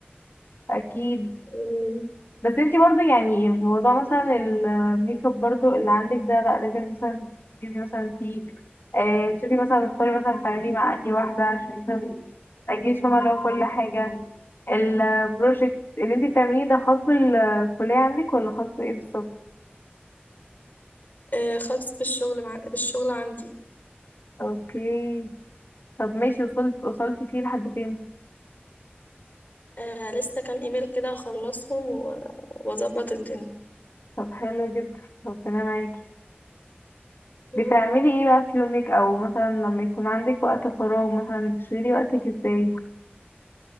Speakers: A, on the left; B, on the left.
A: <laughs> اكيد
B: كده
A: بس انتي برضو يعني موضوع مثلا الميك اب برضو اللي عندك ده لا لازم مثلا تجيبي مثلا فيه آه تشوفي مثلا تختاري مثلا تعملي مع انهي واحدة عشان مثلا متأجيش فاهمة اللي هو كل حاجة البروجكت اللي انتي بتعمليه ده خاص بالكلية عندك ولا خاص بإيه بالظبط؟
B: آه، خاص بالشغل مع... بالشغل عندي
A: اوكي طب ماشي وصلت وصلتي فيه لحد فين؟
B: آه لسه كام ايميل كده اخلصهم و- واظبط الدنيا
A: طب حلو جدا ربنا معاكي
B: يا
A: بتعملي
B: رب
A: ايه بقى في يومك او مثلا لما يكون عندك وقت فراغ مثلا بتشغلي وقتك ازاي؟